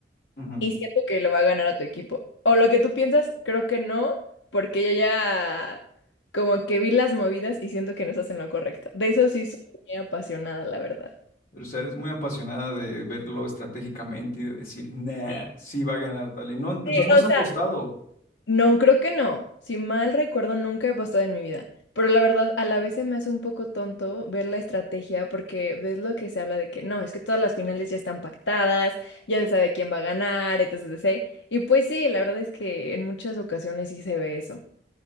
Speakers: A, on the left; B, on the left.
A: Ujú,
B: y siento que le va a ganar a tu equipo. O lo que tú piensas, creo que no, porque yo ya como que vi las movidas y siento que no estás en lo correcto. De eso sí soy muy apasionada, la verdad.
A: Pero, o sea, eres muy apasionada de verlo estratégicamente y de decir, nah,
B: Sí,
A: sí va a ganar tal. Y no, entonces
B: sí,
A: no has
B: o
A: apostado
B: sea, no, creo que no. Si mal recuerdo, nunca he apostado en mi vida. Pero la verdad, a la vez se me hace un poco tonto ver la estrategia porque ves lo que se habla de que no, es que todas las finales ya están pactadas, ya se sabe quién va a ganar, etc, etcétera Y pues sí, la verdad es que en muchas ocasiones sí se ve eso.